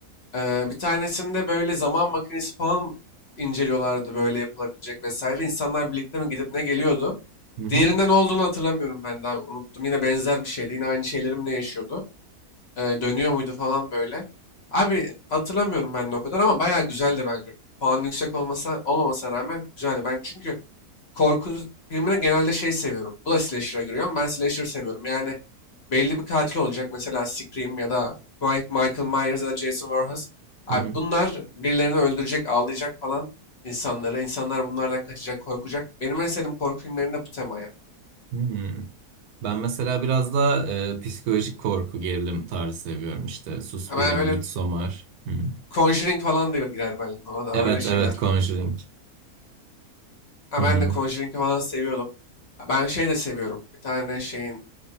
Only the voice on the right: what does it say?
Hı hı.
Hı hı.
Hı. Ben mesela biraz daha e, psikolojik korku gerilim tarzı seviyorum işte. Suspiria,
Midsommar. Hı. hı.
Evet
evet Conjuring.
Hı.
hı.